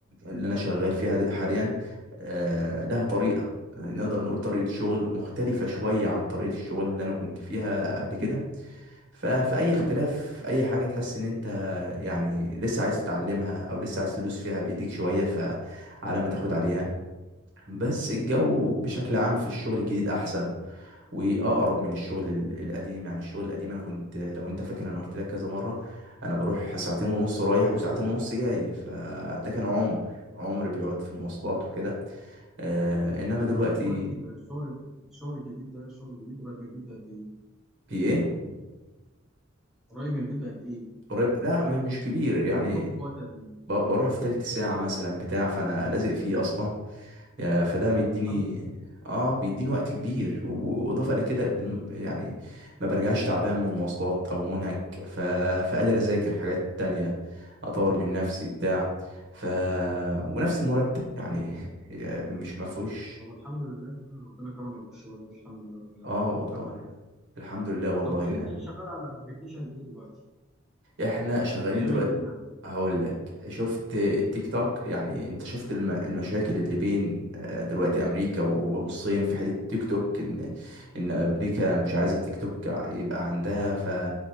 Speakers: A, on the right; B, in the centre.
A: اللي انا شغال فيها دي- حاليا آه، لها طريقه آه، نقدر نقول طريقه شغل مختلفه شويه عن طريقه الشغل اللي انا كنت فيها قبل كده ف- فاي اختلاف اي حاجه تحس ان انت يعني لسه عايز تتعلمها او لسه عايز تدوس فيها بايديك شويه فعلى ما تاخد عليها بس الجو بشكل عام في الشغل الجديد احسن واقرب من الشغل ال- القديم يعني الشغل القديم انا كنت لو انت فاكر انا قلت لك كذا مره انا بروح ساعتين ونص رايح وساعتين ونص جاي فده كان عمر عمر بيقعد في المواصلات وكده آه انما
B: طب
A: دلوقتي
B: انت دلوقتي الشغل الشغل الجديد ده الشغل الجديد قريب من البيت بقد ايه؟
A: في ايه
B: قريب من البيت بقد ايه؟
A: قريب لا ما- مش كبير
B: يعني
A: يعني
B: بتروحوا في وقت قد ايه؟
A: ب- بروح في تلت ساعه مثلا بتاع فانا لازق فيه اصلا يا- فده مديني
B: طب الحمد لله
A: اه بيديني وقت كبير و- واضافه الى كده الم- يعني ما برجعش تعبان من المواصلات او منهك ف... فقادر اذاكر حاجات تانية اطور من نفسي بتاع ف ونفس المرتب يعني <laughs> يعني مش مفهوش
B: طب الحمد لله وانا ربنا كرمك بالشغلانه دي الحمد لله رب العالمين
A: اه والله
B: الحمد لله
A: الحمد لله والله
B: طب قول
A: يعني
B: لي انت شغال على ابلكيشن ايه دلوقتي؟
A: احنا شغالين
B: بيعمل
A: دلوقتي
B: ايه يعني؟
A: هقول لك شفت التيك توك يعني انت شفت الم- المشاكل اللي بين آه، دلوقتي امريكا و- والصين في حته التيك توك ان ان امريكا مش عايزه التيك توك يبقى عندها ف